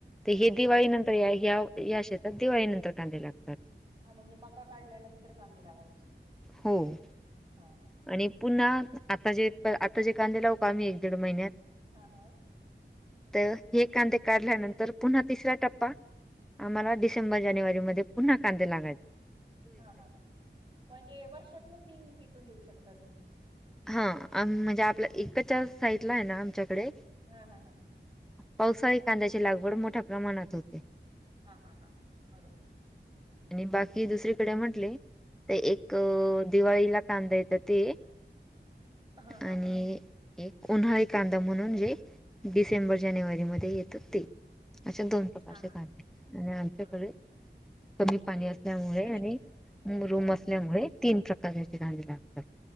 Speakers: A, in the centre; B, on the right.
A: तर हे
B: हम्म
A: दिवाळी
B: हम्म
A: नंतर या शेतात दिवाळी नंतर कांद्यालागत.
B: हा म्हणजे मका काढल्यानंतर कांदे लावायची
A: हो
B: हा हा.
A: आणि पुन्हा आता जे आता जे कांदे लावु का आम्ही एक दीड महिन्यात.
B: हा हा..
A: तर हे कांदे काढल्यानंतर पुन्हा तिसरा टप्पा. आम्हाला डिसेंबर जानेवारीमध्ये पुन्हा कांदे लावायचे.
B: हा हा हा म्हणजे वर्षातना तीन पिकं घेऊ शकता तुम्ही.
A: हा म्हणजे आपल्या एकडच्या साइईडला आहे ना आमच्याकडे.
B: हम हम हम ह.
A: पावसाळी कांद्याची लागवड मोठ्या प्रमाणात होते.
B: हा हा हां हां बरोबर.
A: आणि बाकी दुसरीकडे म्हटले ते एक दिवाळीला कांदा येत. तर ते
B: हा
A: आणि
B: हा हा
A: एक. उन्हाळी कांदा म्हणून जे डिसेंबर जानेवारी म येतात ते अा दोन.
B: हा हा
A: आणि आमच्याकडे.
B: बरोबर
A: कमी पाणी
B: तीन
A: असल्यामुळे
B: म्हणजे
A: आणि
B: हा
A: रूम
B: हा
A: असल्यामुळे
B: हा
A: तीन प्रकार याचे झाले लागतात.